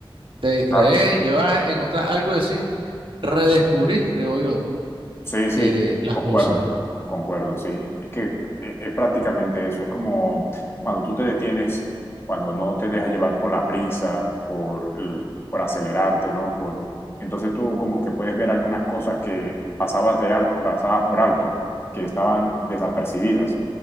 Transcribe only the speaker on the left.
claro.
Sí, sí,
concuerdo,
concuerdo, sí. Es que es, es prácticamente eso, es como cuando tú te detienes, cuando no te dejas llevar por la prisa, por, el- por acelerarte, ¿no? Por, entonces tú como que puedes ver algunas cosas que pasabas, de al, pasabas por alto, que estaban desapercibidas